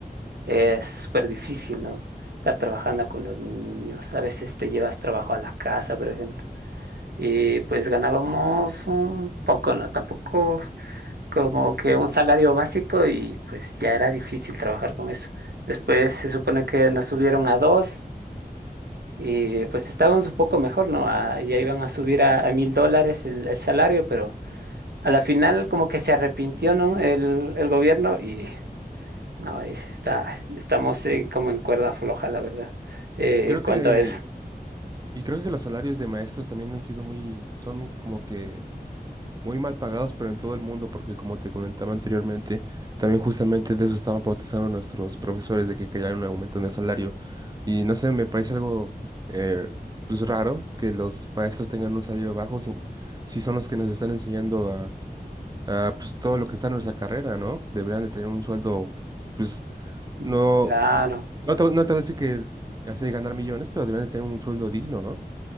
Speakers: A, on the right; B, on the right.
A: es súper difícil, ¿no? Estar trabajando con los niños, a veces te llevas trabajo a la casa, por ejemplo, y pues ganábamos un poco, ¿no? Tampoco como que un salario básico y pues ya era difícil trabajar con eso. Después se supone que nos subieron a dos y pues estábamos un poco mejor, ¿no? A- ya iban a subir a a mil dólares el, el salario, pero a la final como que se arrepintió, ¿no? El, el gobierno y no, es- está, estamos eh, como en cuerda floja, la verdad, eh,
B: Y creo
A: en cuanto
B: que,
A: a eso.
B: y creo que los salarios de maestros también han sido muy, son como que muy mal pagados, pero en todo el mundo, porque como te comentaba anteriormente, también justamente de eso estaban protestando nuestros profesores de que querían un aumento de salario. Y no sé, me parece algo eh, pues raro que los maestros tengan un salario bajo si, si son los que nos están enseñando Ah, pues todo lo que está en nuestra carrera, ¿no? Deberían de tener un sueldo, pues
A: Mm.
B: no,
A: Claro,
B: no te, no te voy a decir que hace ganar millones, pero deberían de tener un sueldo digno, ¿no?